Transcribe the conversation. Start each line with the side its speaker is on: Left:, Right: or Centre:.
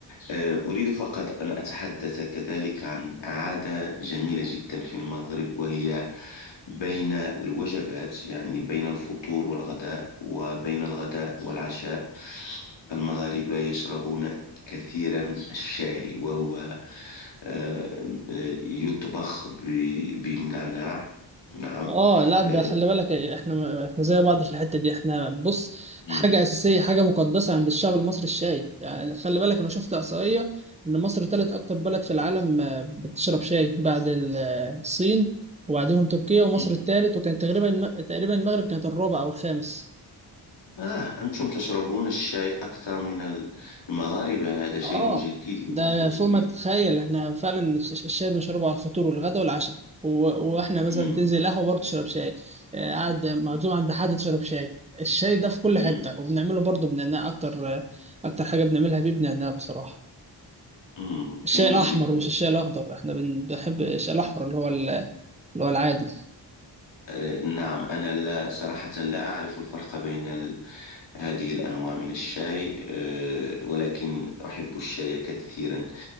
Left: آه، أريد فقط أن أتحدث كذلك عن عادة جميلة جدا في المغرب وهي بين الوجبات يعني بين الفطور والغداء وبين الغداء والعشاء المغاربة يشربون كثيرا الشاي وهو آه، آه، يطبخ ب- بالنعناع نعم
Right: اه لا
Left: آه،
Right: ده خلي بالك احنا احنا زي بعض في الحته دي احنا بص
Left: مم،
Right: حاجه اساسيه حاجه مقدسه عند الشعب المصري الشاي يعني خلي بالك انا شفت احصائيه ان مصر تالت اكتر بلد في العالم آه، بتشرب شاي بعد ال- آه، الصين وبعدهم تركيا ومصر
Left: مم،
Right: التالت وكانت تقريبا الم- تقريبا المغرب كانت الرابع او الخامس
Left: آه أنتم تشربون الشاي أكثر من ال- المغاربة هذا شيء
Right: اه
Left: جديد بالنسبة
Right: ده فوق
Left: لي
Right: ما تتخيل احنا فعلا الش- الشاي بنشربه على الفطور والغدا والعشاء و- واحنا مثلا
Left: مم.
Right: تنزل قهوه برضه تشرب شاي آه، قاعد معزوم عند حد تشرب شاي الشاي ده في كل
Left: مم.
Right: حته وبنعمله برضه بنعناع اكتر آه، اكتر حاجه بنعملها بيه بنعناع بصراحه
Left: مم.
Right: الشاي
Left: جميل
Right: الاحمر
Left: جدا
Right: ومش الشاي الاخضر احنا بن- بنحب الشاي الاحمر اللي هو ال- اللي هو العادي
Left: آه نعم أنا لا صراحة لا أعرف الفرق بين ال... هذه الأنواع من الشاي آه ولكن أحب الشاي كثيرا